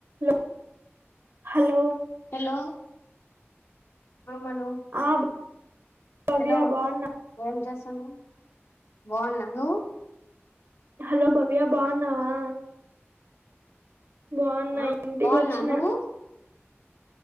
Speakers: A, on the right (about 60°); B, on the left (about 60°).
A: లో hello
B: hello ఆ మను
A: ఆ భవ్య
B: హలో
A: బాగున్నావా
B: ఏం చేస్సన్నావ్ బాగున్నా నువ్వు
A: హలో భవ్యా బాగున్నావా బాగున్నా
B: ఆ,
A: ఇంటికొచ్చిన
B: బాగున్నా నువ్వు